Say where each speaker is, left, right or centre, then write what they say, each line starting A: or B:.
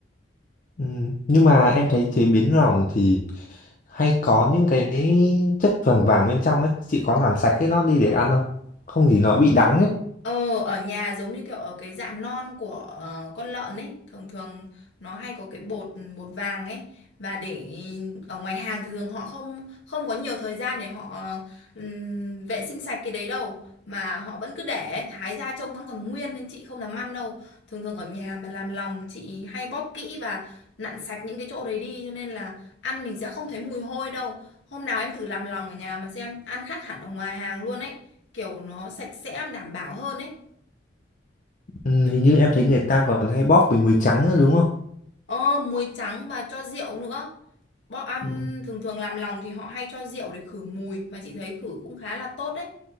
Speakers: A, on the left; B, on the left.
A: ừ, nhưng mà em thấy chế biến lòng thì hay có những cái chất vàng vàng bên trong ấy chị có làm sạch cái nó đi để ăn không không gì nó bị đắng ấy
B: Ờ, ở nhà giống như kiểu ở cái dạ non của ờ, con lợn ấy, thường thường nó hay có cái bột bột vàng ấy và để ở ngoài hàng thì thường họ không không có nhiều thời gian để họ ờ, ừm, vệ sinh sạch cái đấy đâu mà họ vẫn cứ để thái ra trông vẫn còn nguyên nên chị không dám ăn đâu. Thường thường ở nhà mà làm lòng chị hay bóp kỹ và nặn sạch những cái chỗ đấy đi cho nên là ăn mình sẽ không thấy mùi hôi đâu. Hôm nào em thử làm lòng ở nhà mà xem, ăn khác hẳn ở ngoài hàng luôn ấy. Kiểu nó sạch sẽ, đảm bảo hơn ấy.
A: ừ, hình như em thấy người ta còn hay bóp với muối trắng nữa đúng không
B: Ờ, muối trắng và cho rượu nữa. Bọn ăn
A: ừ.
B: thường thường làm lòng thì họ hay cho rượu để khử mùi, mà chị thấy khử cũng khá là tốt đấy.